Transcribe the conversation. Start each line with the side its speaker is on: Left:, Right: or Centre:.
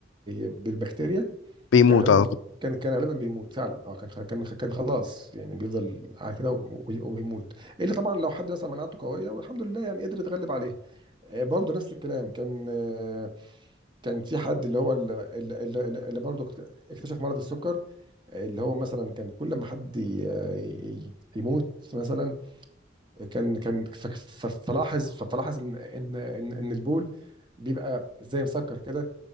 Right: بالبكتيريا
Left: بيموت
Right: كان غالبا
Left: على طول
Right: كان كان غالبا بيموت فعلا اه كان كان كان خلاص يعني بيفضل على كده و- وبيموت الا طبعا لو حد مثلا مناعته قويه والحمد لله يعني قدر يتغلب عليه آه، برضه نفس الكلام كان آه، كان في حد اللي هو ال- ال- ال- ال- اللي برضه اكتشف مرض السكر آه، اللي هو مثلا كان كل ما حد ي- ي- يموت مثلا كان كان ف- ف- فلاحظ فلاحظ ان ان ان إن البول بيبقى زي مسكر كده